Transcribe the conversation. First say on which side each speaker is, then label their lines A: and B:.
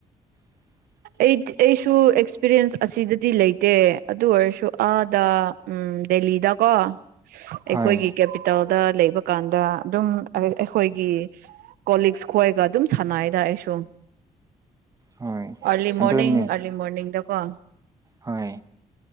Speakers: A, on the right; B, on the right.
A: <unintelligible>
B: ꯑꯩ ꯑꯩꯁꯨ ꯑꯦꯛꯁꯄꯤꯔꯤꯟꯁ ꯑꯁꯤꯗꯗꯤ ꯂꯩꯇꯦ ꯑꯗꯨ ꯑꯣꯏꯔꯁꯨ ꯑꯥꯗ ꯎꯝ ꯗꯦꯜꯂꯤꯗꯀꯣ ꯑꯩꯈꯣꯏꯒꯤ
A: ꯍꯣꯏ
B: ꯀꯦꯄꯤꯇꯦꯜ ꯗ ꯂꯩꯕ ꯀꯥꯟꯗ ꯑꯗꯨꯝ ꯑꯩꯈꯣꯏꯒꯤ ꯀꯣꯛꯁ ꯈꯣꯏꯒ ꯑꯗꯨꯝ ꯁꯥꯟꯅꯩꯗ ꯑꯩ ꯁꯨꯝ
A: ꯍꯣꯏ
B: ꯑꯥꯔꯂꯤ
A: ꯑꯗꯨꯅꯤ
B: ꯃꯣꯔꯅꯤꯡ ꯑꯥꯔꯂꯤ ꯃꯣꯔꯅꯤꯡꯗ ꯋꯥ
A: ꯍꯣꯏ